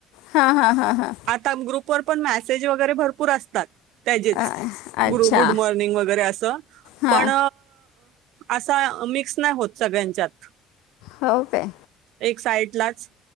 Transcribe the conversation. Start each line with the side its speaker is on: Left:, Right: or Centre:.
Left: हा हा हा हा
Right: आता ग्रुपवरर पण मेसेज वगैरे भरपूर असतात त्याचेच
Left: अ- अच्छा
Right: गुरु गुड मॉर्निंग वगैरे असं
Left: हा
Right: पण असा मिक्स नाही होत सगळ्यांच्यात
Left: हो काय
Right: एक साइडलाच